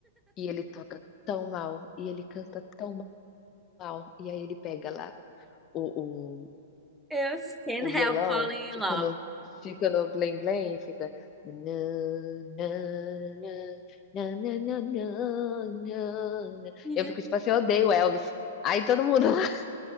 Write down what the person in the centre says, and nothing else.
eu can't
help falling in
love.
Yeah.